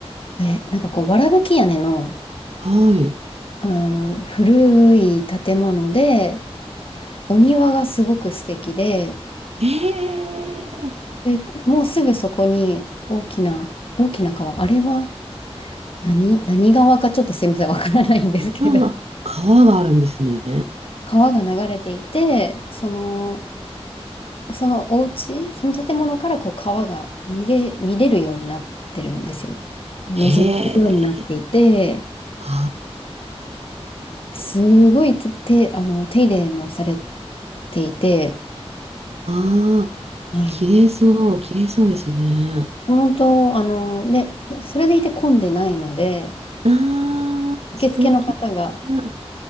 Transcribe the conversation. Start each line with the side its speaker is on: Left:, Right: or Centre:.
Left: え、なんかこう、わらぶき屋根の、
Right: はい。
Left: うーん、古い建物で、お庭がすごく素敵で、
Right: ええ
Left: で、もうすぐそこに大きな、大きな川、あれは何、何川かちょっとすいません、わからないんですけど、
Right: ああ、
Left: <laughs>
Right: 川があるんですね。
Left: 川が流れていて、その、そのお家、その建物からこう川が見れ、見れるようになってるんですよ。覗けるようになっていて、
Right: へえ。あ
Left: すごいて、て、あの、手入れもされていて、
Right: あ、
Left: はい。
Right: 綺麗そう、綺麗そうですね。
Left: 本当、あの、で、それでいて混んでないので、
Right: ああ、
Left: 受付の方が、
Right: 素敵な。